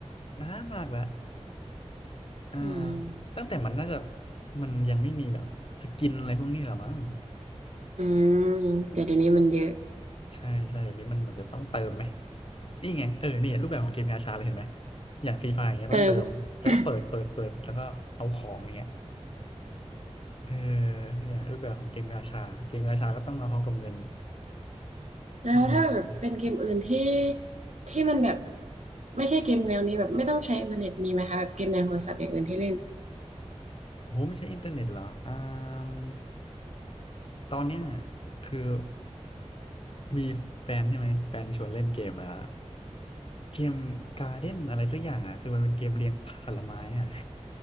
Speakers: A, on the left; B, on the right.
A: นานมากแล้วอ่า
B: อืม
A: ตั้งแต่มันน่าจะมันยังไม่มีแบบสกินอะไรพวกนี้หรอมั้ง
B: อืมแต่เดี๋ยวนี้มันเยอะ
A: ใช่ใช่เดี๋ยวนี้มันเหมือนจะต้องเติมไหมนี่ไงเออนี่รูปแบบของเกมกาชาเลยเห็นไหมอย่างฟรีไฟอย่างเงี้ยต้องเติมแล้วก็เปิดเปิดเปิดแล้วก็เอาของอย่างเงี้ย
B: เติม <coughs>
A: เออเนี่ยรูปแบบของเกมกาชาเกมกาชาก็ต้องมาพร้อมกับเงิน
B: แล้วถ้าแบบเป็นเกมอื่นที่
A: อืม
B: ที่มันแบบไม่ใช่เกมแนวนี้แบบไม่ต้องใช้อินเทอร์เน็ตมีไหมคะแบบเกมในโทรศัพท์อย่างอื่นที่เล่น
A: โอ้ไม่ใช่อินเทอร์เน็ตเหรออ่ามตอนเนี้ยคือมีแฟนใช่ไหมแฟนชวนเล่นเกมอ่ะเกมการ์เด้นอะไรสักอย่างอ่ะคือมันเป็นเกมเรียงผลไม้อ่ะ <laughs>